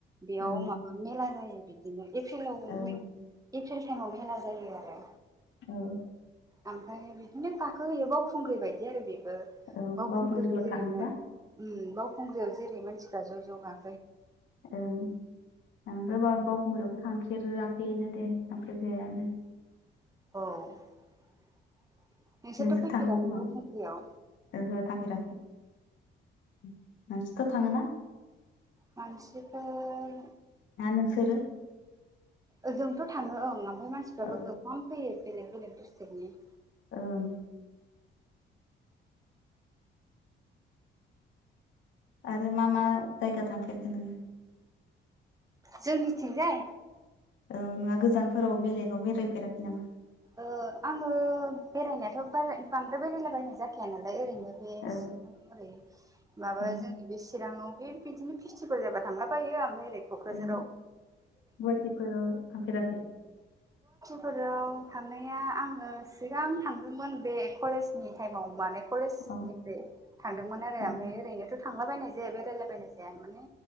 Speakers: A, on the right; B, on the left.
A: बेयाव
B: ओं
A: माबा मेला जायो बिदिनो एप्रिलाव
B: ओं
A: मे एप्रिल टाइमाव मेला जायो आरो
B: औ
A: ओमफ्राय बिदिनो गाखो हैयो बावखुंग्रि बायदि आरो बे ओ
B: औ
A: बावखुंग्रिखौ
B: बावखुंग्रिफोराव
A: जेरै
B: थाङोबा
A: मा उम बावखुंग्रियाव जेरै मानसिफ्रा ज' ज' गा
B: ओं ओमफ्राय बावखुंग्रियावबो थांफेराखैनो दे थांफेरजायानो
A: औ नोंसोरथ'
B: नोंसो
A: फैफेराखैबो
B: थाङो खोमा
A: खमफ्रियाव
B: ओहो थांफेराखै नोंसोरथ' थाङोना?
A: मानसिफोर
B: ना नोंसोरो
A: ओंजोंथ' थाङो ओं ओमफ्राय मानसिफ्राबो
B: औ
A: गोबां फैयो <unintelligible> बेलेग बेलेग डिस्ट्रिकनि
B: ओं आरो मा मा जायगा थांफेरखो नोङो?
A: जोंनिथिजाय
B: औ नङा गोजानफोराव बेलेगाव बेरायफेराखै नामा?
A: ओ आङो बेरायनायाथ' बांद्राय बेरायलाबायनाय जाखाया नालाय ओरैनो बे बिदि
B: ओं
A: ओरै माबा
B: ओं
A: जोंनि बे चिराङाव बे बिदिनो फेस्टिभेल जाबा थांलाबायो ओमफ्राय ओरै क'क्राझाराव
B: ओं गुवाहाटिफोराव थांफेराखै
A: फोराव थांनाया आङो सिगां थांदोंमोन बे कलेजनि टाइमाव माने कलेजनिफ्राय
B: औ
A: थांदोंमोन आरो
B: उम
A: ओमफ्राय ओरैनोथ' थांलाबायनाय जाया बेरायलाायबायनाय जाया माने